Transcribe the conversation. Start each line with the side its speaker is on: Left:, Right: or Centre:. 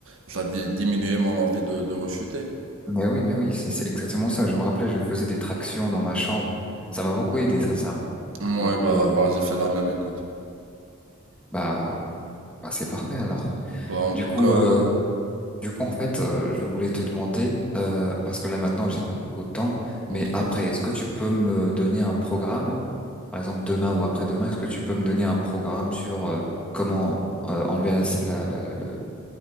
Right: ça di- diminuait mon envie de, de rechuter.
Centre: Mais oui mais oui c'est c'est exactement ça. Je me rappelais je faisais des tractions dans ma chambre. Ça m'a beaucoup aidé sincèrement.
Right: Ouais,
Centre: Ça m'a beaucoup
Right: bah,
Centre: aidé.
Right: bah, j'ai fait la même, écoute.
Centre: Bah, bah, c'est parfait alors.
Right: Bah, en
Centre: Du
Right: tout
Centre: coup,
Right: cas,
Centre: euh, du coup, en fait, euh, je voulais te demander, euh, parce que là maintenant, j'ai pas beaucoup de temps, mais
Right: ok.
Centre: après, est-ce que tu peux me donner un programme, par exemple demain ou après-demain, est-ce que tu peux me donner un programme sur euh, comment euh, enlever la, la- la- la- le,